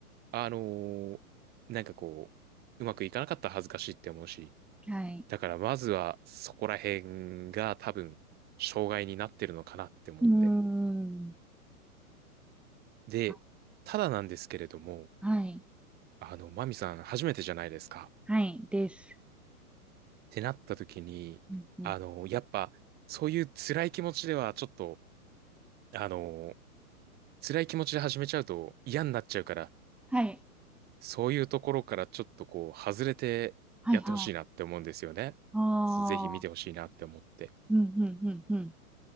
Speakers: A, on the right; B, in the centre.
A: あのーなんかこう、うまくいかなかったら恥ずかしいって思うし、
B: はい。
A: だからまずはそこら辺が多分、障害になってるのかなって思って。
B: うーん。
A: で、
B: あ
A: ただなんですけれども、
B: はい。
A: あの、マミさん初めてじゃないですか。
B: はい。です。
A: ってなった時に、
B: うんうん。
A: あの、やっぱ、そういう辛い気持ちではちょっと、あの、辛い気持ちで始めちゃうと嫌になっちゃうから、
B: はい。
A: そういうところからちょっとこう、外れてやってほしいなって思うんですよね。
B: はい。はい。ああ。
A: そうぜひ見てほしいなって思って。
B: うん、うん、うん、うん。